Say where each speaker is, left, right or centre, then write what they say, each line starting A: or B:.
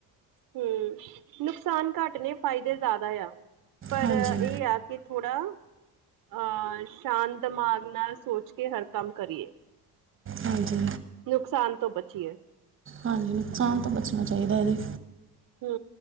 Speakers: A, on the right; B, on the right.
A: ਹੂੰ, ‌ਨੁਕਸਾਨ ਘਾੱਟ ਨੇ ਫਾਈਦੇ ਜਾਦਾ ਆ, ਪਰ
B: ਹਾਂਜੀ
A: ਏ ਆ ਕਿ ਥੋੜਾ ਅ ਸ਼ਾਂਤ ਦਮਾਗ ਨਾਲ ਸੋਚ ਕੇ ਹਰ ਕਾੰਮ ਕਰੀਏ।
B: ਹਾਂਜੀ।
A: ਨੁਕਸਾਨ ਤੋ ਬਚੀਏ।
B: ਹਾਂਜੀ, ਨੁਕਸਾਨ ਤੋ ਬਚਨਾ ਚਾਈਦਾ ਏਦੇ
A: ਹੂੰ।